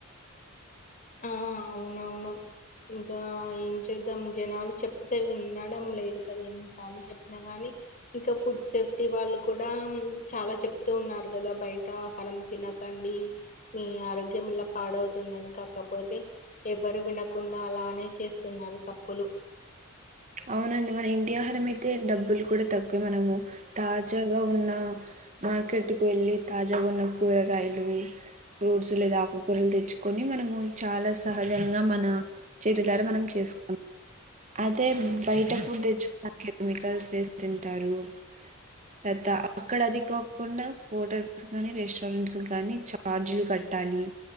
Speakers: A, on the left; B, on the right.
A: ఆ అవునవును ఇంకా ఏం చేద్దాం జనాలు చెప్తే వినడం లేదు కదా ఇన్నిసార్లు చెప్పినా గాని ఇంకా ఫుడ్ సేఫ్టీ వాళ్ళు కూడా చాలా చెప్తూ ఉన్నారు కదా బయట ఆహారం తిన కండి మీ ఆరోగ్యం ఇలా పాడవుతుందని కాకపో పోతే ఎవరు వినకుండా అలానే చేస్తున్నారు తప్పులు
B: అవునండి మన ఇంటి ఆహారం అయితే డబ్బులు కూడా తక్కువే మనము తాజాగా ఉన్న మార్కెట్ కు వెళ్ళి తాజాగ ఉన్న కూరగాయలు ఫ్రూట్స్ లేదా ఆకుకరలు తెచ్చుకొని మనము చాలా సహజంగా మన చేతులర మనం చేసు అదే బయట ఫుడ్ తెచ్చుకున్న కెమికల్స్ వేస్తుంటారు తత అక్కడ అది కాకుండా హోటల్స్ కానీ రెస్టారెంట్స్ గానీ చార్జీలు కట్ట టాలి